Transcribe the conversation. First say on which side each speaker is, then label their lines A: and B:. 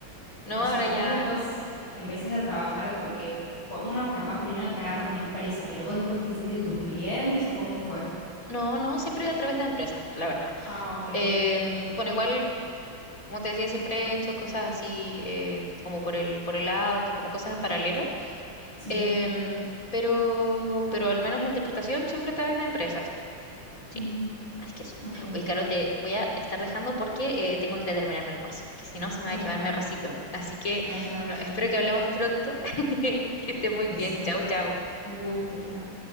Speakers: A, on the left; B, on the left.
A: No,
B: o sea,
A: ahora ya,
B: vos después empezaste a trabajar porque cua- uno capaz primero te agarra una empresa, pero vos después te hiciste tus clientes o cómo fue.
A: no, no, siempre a través de empresas, la verdad.
B: Ah, ok.
A: Em, bueno, igual, como te decía, siempre he hecho cosas así eh, como por el, por el lado, como cosas en paralelo.
B: Sí.
A: Em, pero, pero al menos la interpretación siempre está de empresas. Sí,
B: Ujú,
A: así que eso.
B: Ok.
A: Oye, Caro, te voy a estar dejando porque eh, tengo que ir a terminar mi almuerzo, que si no se me
B: Bueno,
A: va a quemar
B: bueno,
A: mi arrocito. Así que,
B: vaya, vaya.
A: bueno, espero que hablemos pronto. <laughs> Que esté muy
B: Eso.
A: bien. Chao, chao.
B: Un gusto, chao.